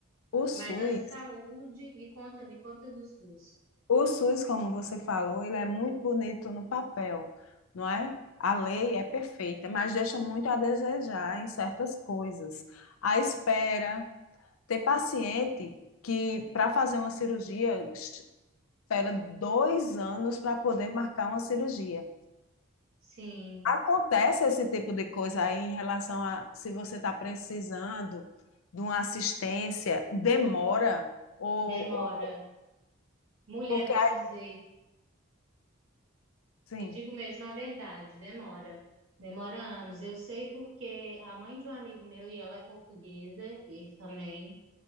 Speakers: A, on the left; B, on the right.
A: O SUS.
B: Mas a saúde, me conta, me conta do SUS.
A: O SUS, como você falou, ele é muito bonito no papel, não é? A lei é perfeita, mas deixa muito a desejar em certas coisas. A espera, tem paciente que para fazer uma cirurgia espera dois anos para poder marcar uma cirurgia.
B: Sim,
A: Acontece esse tipo de coisa aí em relação a se você está precisando de uma assistência, demora ou,
B: demora.
A: ou
B: Mulher,
A: porque
B: vou te dizer,
A: assim,
B: te digo mesmo a verdade, demora. Demora anos. Eu sei porque a mãe de um amigo meu, e ela é portuguesa, e ele também.